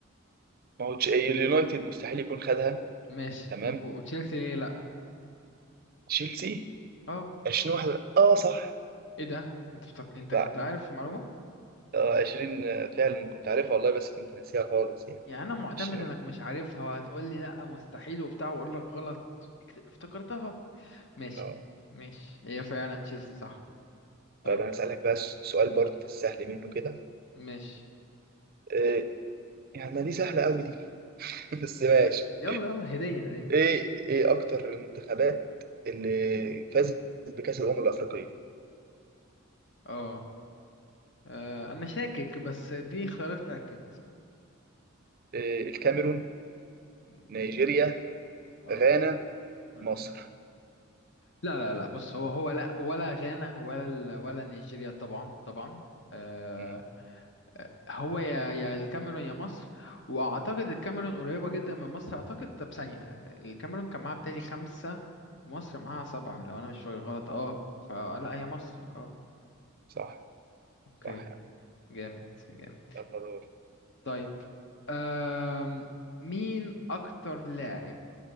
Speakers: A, on the right (about 45°); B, on the left (about 60°).
A: ما هو تش- آه، اليونايتد مستحيل يكون خدها
B: ماشي
A: تمام
B: طب وتشيلسي ليه لا
A: تشيلسي
B: اه
A: 2021 اه صح
B: ايه ده انت بتق... انت
A: لا
B: كنت عارف المعلومة
A: آه 20 آه، فعلا كنت عارفها والله بس كنت ناسيها خالص يعني
B: يعني انا معتمد
A: 20
B: انك مش عارفها وهتقول لي لا مستحيل وبتاع واقول لك غلط اكت- افتكرتها ماشي
A: آه.
B: ماشي هي فعلا تشيلسي صح طيب
A: طيب انا اسالك بقى س- سؤال برضه في السهل منه كده
B: ماشي
A: آه... يعني ما دي سهله قوي دي <laughs> بس
B: ل-
A: ماشي
B: يلا يلا هدية هدية
A: ايه ايه اكتر المنتخبات اللي فازت بكأس الأمم الأفريقية
B: اه آه، انا شاكك بس دي خيارات اتاكد
A: إيه الكاميرون
B: مم،
A: نيجيريا
B: اه
A: غانا
B: مم.
A: مصر
B: لا لا لا بص هو هو لا ولا غانا ولا ال- ولا نيجيريا طبعا طبعا آه
A: مم.
B: آه، هو يا يا الكاميرون يا مصر واعتقد الكاميرون قريبه جدا من مصر اعتقد طب ثانيه الكاميرون كان معاها بتالي خمسه ومصر معاها سبعه لو انا مش فاكر غلط اه فلا هي مصر اه
A: صح
B: اوكي
A: صح يا عم
B: جامد جامد
A: يلا دور
B: طيب آم، مين اكتر لاعب